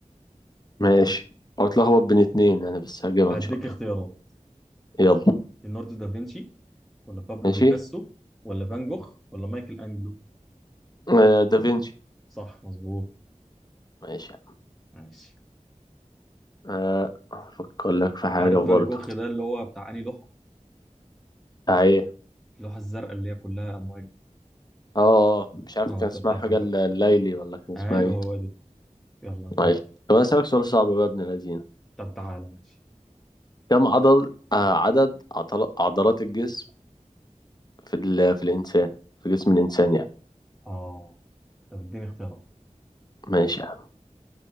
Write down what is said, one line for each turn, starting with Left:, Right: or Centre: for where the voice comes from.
Left: ماشي او اتلخبط بين اتنين انا بس هجيبها
Centre: هديك
Left: ان شاء الله
Centre: اختيارات
Left: يلا
Centre: ليوناردو دافنشي ولا بابلو
Left: ماشي
Centre: بيكاسو ولا فان جوخ ولا مايكل انجلو
Left: آه دافنشي
Centre: صح مظبوط
Left: ماشي يا
Centre: ماشي
Left: عم آه افكر لك في حاجة
Centre: عارف
Left: برضو
Centre: فان جوخ ده اللي هو بتاع انهي لوحة
Left: آه، ايه
Centre: اللوحة الزرقاء اللي هي كلها امواج دي.
Left: اه آه، مش عارف
Centre: اه
Left: كان
Centre: ده
Left: اسمها
Centre: بتاع
Left: حاجة
Centre: فان
Left: الل-
Centre: جوخ
Left: الليلي ولا كان اسمها
Centre: ايوه
Left: ايه
Centre: هو دي يلا
Left: ايوه
Centre: دور
Left: طب انا اسألك سؤال صعب بقى يا ابن الذين
Centre: طب تعالى ماشي
Left: كم عضل آه عدد عضل- عضلات الجسم في ال... في الانسان في جسم الانسان يعني
Centre: اه طب اديني اختيارات
Left: ماشي يا عم